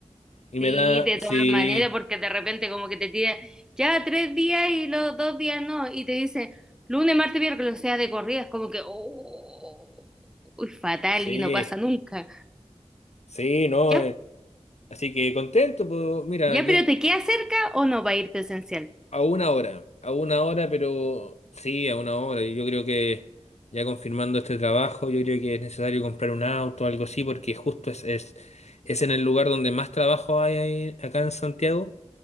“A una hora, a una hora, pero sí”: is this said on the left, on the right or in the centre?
Left